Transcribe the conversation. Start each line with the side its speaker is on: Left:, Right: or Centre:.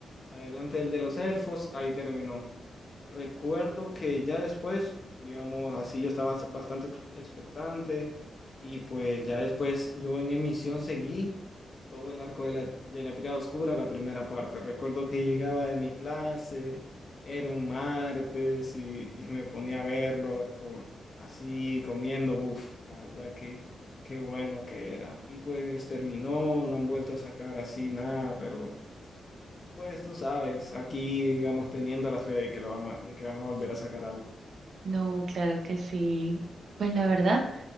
Left: adelante del de los elfos, ahí terminó. Recuerdo que ya después, digamos, así yo estaba bastante expectante y pues ya después yo en emisión seguí todo el arco de la, de la tirada oscura, la primera parte. Recuerdo que llegaba de mi clase, era un martes y, y me ponía a verlo como, así comiendo, uff, la verdad que qué bueno que era. Y pues terminó, no han vuelto a sacar así nada, pero pues tú sabes, aquí, digamos, teniendo la fe de que lo van a, de que van a volver a sacar algo.
Right: No, claro que sí. Pues la verdad,